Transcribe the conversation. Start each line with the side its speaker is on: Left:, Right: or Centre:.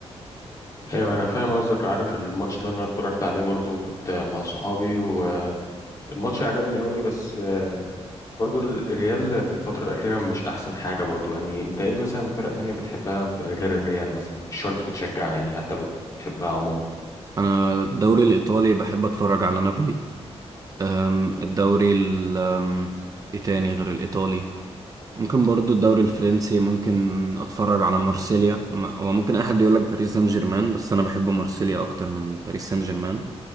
Left: ايوه انا فاهم قصدك عارف الماتش ده انا اتفرجت عليه برضو كنت مع صحابي والماتش عجبني قوي بس برضو ال- الريال في الفترة الأخيرة مش أحسن حاجة برضو يعني أنت إيه مثلا فرق تانية بتحبها في- غير الريال مثلا مش شرط بتشجعها يعني حتى بتحبها عموما
Right: أنا الدوري الإيطالي بحب أتفرج على نابولي أم، الدوري ال... أم، إيه تاني غير الإيطالي ممكن برضو الدوري الفرنسي ممكن اتفرج على مارسيليا م- هو ممكن اي حد يقول لك باريس سان جيرمان بس انا بحب مارسيليا اكتر من باريس سان جيرمان